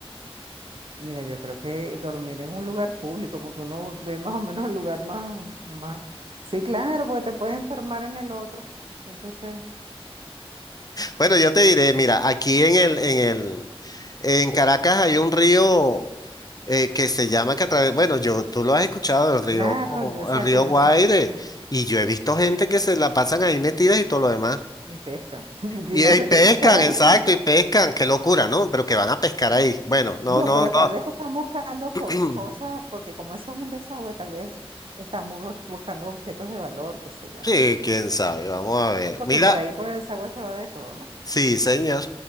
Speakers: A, on the right; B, on the left.
A: Mira, yo creo que dormir en un lugar público, porque uno ve más o menos el lugar más, más. Sí, claro, porque te puedes enfermar en el otro. Entonces.
B: Bueno, yo te diré, mira, aquí en el, en el, en Caracas hay un río eh, que se llama que a través, bueno, yo, tú lo has escuchado, el río,
A: Claro, yo exacto,
B: el río
A: yo
B: Guaire,
A: sé. ajá,
B: y yo he visto gente que se la pasan ahí metidas y todo lo demás.
A: Y pescan, <laughs> porque
B: Y,
A: no
B: y
A: sé
B: pescan,
A: qué pescarán.
B: exacto,
A: <laughs>
B: y pescan, qué locura, ¿no? Pero que van a pescar ahí. Bueno, no,
A: No,
B: no,
A: pero
B: no.
A: tal vez están buscando
B: <clears throat>
A: co- cosas, porque como eso es un desagüe, tal vez están bu- buscando objetos de valor, qué sé yo, no
B: Sí,
A: sé.
B: quién sabe, vamos a ver.
A: Sí, porque
B: Mira,
A: por ahí, por el desagüe se va de todo, ¿no?
B: sí, señor.